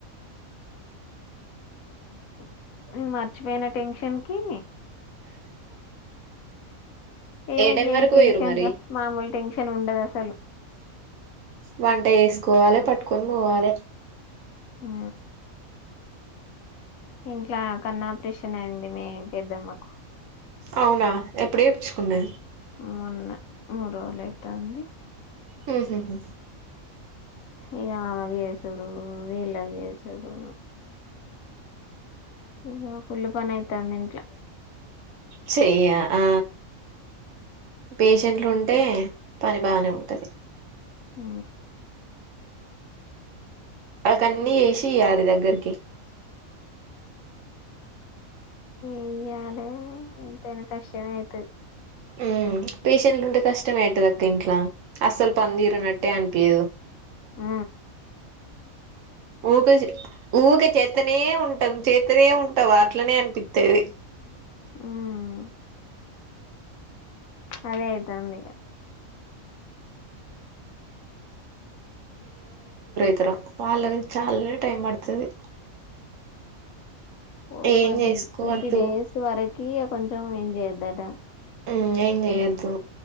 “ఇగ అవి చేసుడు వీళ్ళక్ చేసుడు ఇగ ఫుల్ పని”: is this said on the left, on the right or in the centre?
Left